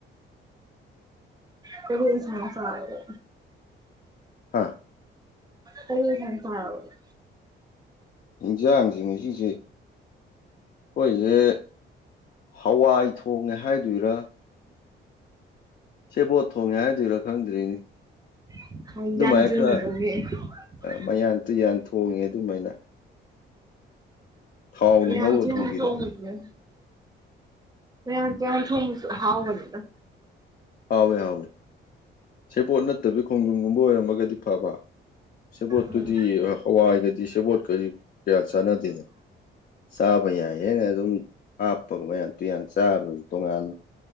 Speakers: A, on the right; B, on the left.
A: ꯀꯔꯤ ꯌꯦꯟꯁꯥꯡ ꯆꯥꯔꯥꯒꯦ
B: ꯍꯥꯥ
A: ꯀꯩ ꯌꯦꯟꯁꯥꯥꯡ ꯆꯥꯔꯕ
B: ꯑꯦꯟꯁꯥꯡ ꯁꯦ ꯉꯥꯁꯤꯁꯦ ꯑꯩꯈꯣꯏꯁꯦ ꯍꯋꯥꯏ ꯊꯣꯡꯉꯦ ꯍꯥꯏꯗꯣꯏꯔꯥ ꯁꯦꯕꯣꯠ ꯊꯣꯡꯉꯦ ꯍꯥꯏꯗꯣꯏꯔꯥ ꯈꯪꯗ꯭ꯔꯦꯅꯦ
A: <inaudible>
B: ꯑꯗꯨꯃꯥꯏꯅ ꯈꯔ ꯃꯌꯥꯟ ꯇꯨꯌꯥꯝꯟ ꯊꯣꯡꯉꯦ ꯑꯗꯨꯃꯥꯏꯅ ꯊꯥꯎꯅ
A: ꯃꯌꯥꯟ
B: ꯉꯧꯔ
A: ꯇꯨꯌꯥꯟ
B: ꯊꯣꯡꯕꯤꯔꯣ
A: ꯊꯣꯡꯕꯁꯤꯅ ꯃꯥꯌꯟ ꯇꯨꯌꯥꯟ ꯊꯣꯡꯕꯁꯨ ꯍꯥꯎꯕꯅꯤꯗ
B: ꯍꯥꯎꯋꯦ ꯍꯥꯎꯋꯦ ꯁꯦꯕꯣꯠ ꯅꯠꯇꯕꯤ ꯈꯣꯡꯗꯔꯨꯝꯒꯨꯝꯕ ꯑꯣꯏꯔꯝꯃꯒꯗꯤ ꯐꯕ ꯁꯦꯕꯣꯠꯇꯨꯗꯤ
A: ꯎꯝ
B: ꯍꯋꯥꯏꯒꯗꯤ ꯁꯦꯕꯣꯠꯀꯗꯤ ꯀꯌꯥ ꯆꯥꯟꯅꯗꯦꯗꯅ ꯆꯥꯕ ꯌꯥꯏ ꯍꯥꯢꯅ ꯑꯗꯨꯝ ꯍꯥꯞꯄꯒ ꯃꯌꯥꯝ ꯇꯨꯌꯥꯟ ꯆꯥꯕꯗ ꯇꯣꯉꯥꯟꯅ